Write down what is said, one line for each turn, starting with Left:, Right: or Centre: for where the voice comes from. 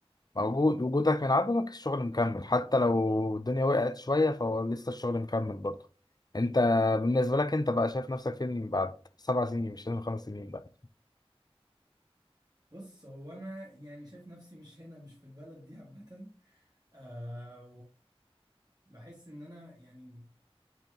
Left: موجود وجودك من عدمك الشغل مكمل حتى لو الدنيا وقعت شوية فهو لسه الشغل مكمل برضه انت بالنسبة لك انت بقى شايف نفسك فين بعد سبع سنين مش لازم خمس سنين بقى
Right: بص هو انا يعني شايف نفسي مش هنا مش في البلد دي عامة آه وبحس ان انا يعني